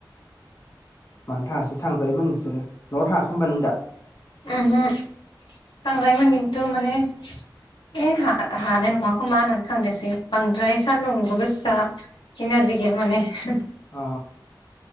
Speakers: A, on the left; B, on the left.
A: मानो थाङासै थांजायोमोन नोंसोरो न'आव थाङाखै होनबा नों दा?
B: ओमहो थांजायोमोन किन्तु माने ए हा-हानाय नङा खोमा होननानै थांदियासै बांद्राय सान्दुंबो गोससा इनारजि गैया माने हो
A: अ